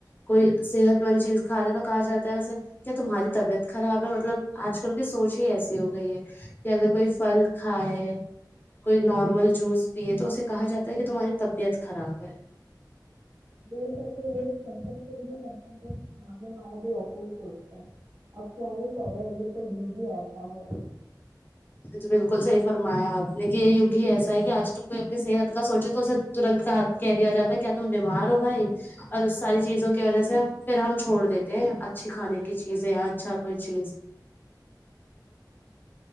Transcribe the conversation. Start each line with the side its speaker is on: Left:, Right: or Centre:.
Left: کوئی صحت مند چیز کھا رہا ہے تو کہا جاتا ہے اسے کیا تمہاری طبیعت خراب ہے مطلب آج کل کی سوچ ہی ایسی ہو گئی ہے کہ اگر کوئی پھل کھائے کوئی نارمل جوس پیے تو اسے کہا جاتا ہے کہ تمہاری طبیعت خراب ہے
Right: ج کے لوگ سنگت کے لیے بھی س شامنے والا بھی ایسے ہی سوچتا ہے اب کیا ہی کہہ رہے تو یو بھی ہی آتا ہے
Left: یہ تو بالکل صحیح فرمایا آپ لیکن یہ یوگ ہی ایسا ہے کہ آج کل کوئی اپنی صحت کا سوچے تو اسے ترنت کا کہہ دیا جاتا ہے کیا تم بیمار ہو بھائی اور اس ساری چیزوں کی وجہ سے پھر ہم چھوڑ دیتے ہیں اچھی کھانے کی چیزیں اچھا کوئی چیز
Right: ج